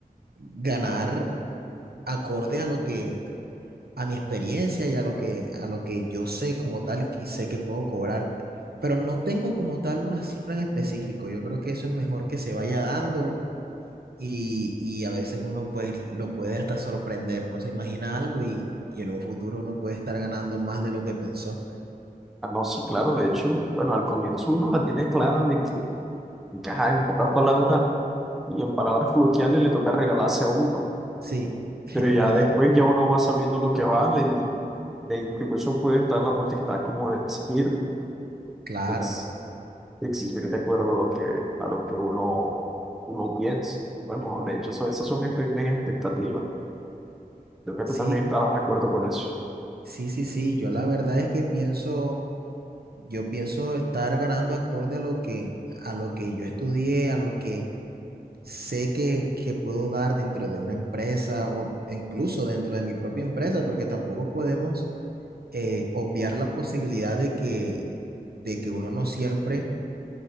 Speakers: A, on the right; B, in the centre.
A: ganar acorde a lo que, a mi experiencia y a lo que, a lo que yo sé como tal y que sé que puedo cobrar, pero no tengo como tal una cifra en específico. Yo creo que eso es mejor que se vaya dando y, y a veces uno pues lo puede hasta sorprender, uno se imagina algo y, y en un futuro uno puede estar ganando más de lo que pensó.
B: Ah, No, sí, claro. De hecho, bueno, al comienzo uno la tiene clara de que, de que, ajá, en pocas palabras y en palabras coloquiales le toca regalarse a uno.
A: Sí, <laughs>
B: Pero
A: es
B: ya
A: verdad,
B: después ya uno va sabiendo lo que va, de, de incluso puede estar en la potestad como de exigir,
A: claro,
B: ex- exigir de acuerdo a lo que, a lo que uno, uno piensa. Bueno, de hecho, eso- esas son mis primeras expectativas. Creo que
A: sí,
B: tú también estarás de acuerdo con eso.
A: sí, sí, sí, yo la verdad es que pienso... Yo pienso estar ganando acorde a lo que, a lo que yo estudié, a lo que, sé que, que puedo dar dentro de una empresa o incluso dentro de mi propia empresa, porque tampoco podemos eh, obviar la posibilidad de que, de que uno no siempre